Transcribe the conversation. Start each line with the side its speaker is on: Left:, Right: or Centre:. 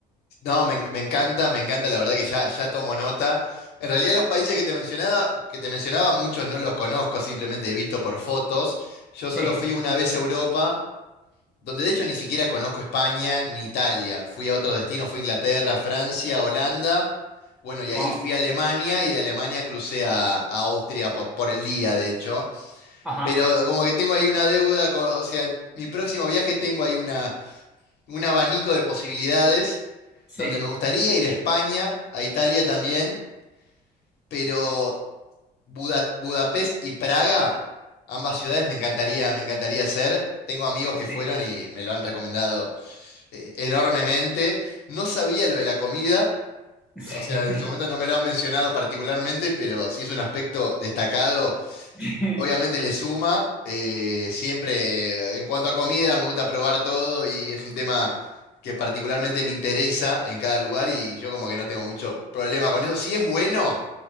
Left: No, me, me encanta, me encanta, la verdad que ya, ya tomo nota. En realidad los países que te mencionaba, que te mencionaba, muchos no los conozco, simplemente he visto por fotos. Yo
Centre: Sí,
Left: solo fui una vez a Europa, donde de hecho ni siquiera conozco España ni Italia. Fui a otros destinos, fui a Inglaterra, Francia, Holanda. Bueno, y
Centre: wow.
Left: ahí fui a Alemania y de Alemania crucé a, a Austria por, por el día, de hecho.
Centre: Ajá,
Left: Pero como que tengo ahí una deuda, con- o sea, mi próximo viaje tengo ahí una. un abanico de posibilidades,
Centre: sí,
Left: donde me gustaría ir a España, a Italia también, pero Buda- Budapest y Praga, ambas ciudades me encantaría, me encantaría hacer. Tengo amigos
Centre: sí,
Left: que fueron y me lo han recomendado eh, enormemente. No sabía lo de la comida,
Centre: sí.
Left: o sea, en su momento no me lo han mencionado particularmente, pero sí es un aspecto destacado
Centre: <laughs>
Left: obviamente le suma. eh, siempre, en cuanto a comida, me gusta probar todo y es un tema que particularmente me interesa en cada lugar y yo como que no tengo mucho problema con eso. Si es bueno,